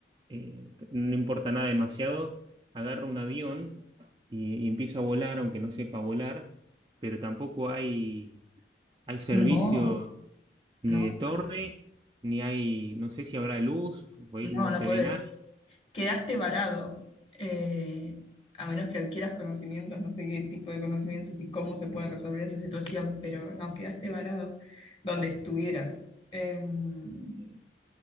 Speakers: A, on the right; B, on the left.
A: eh, t- no importa nada demasiado, agarro un avión y, y empiezo a volar, aunque no sepa volar, pero tampoco hay hay servicio
B: No,
A: ni
B: no,
A: de torre,
B: no,
A: ni hay, no sé si habrá luz, porque ahí
B: no,
A: no
B: no
A: se
B: podés.
A: ve nada.
B: quedaste varado, eh, a menos que adquieras conocimientos, no sé qué tipo de conocimientos y cómo se puede resolver esa situación, pero no, quedaste varado donde estuvieras. Em,
A: Eh,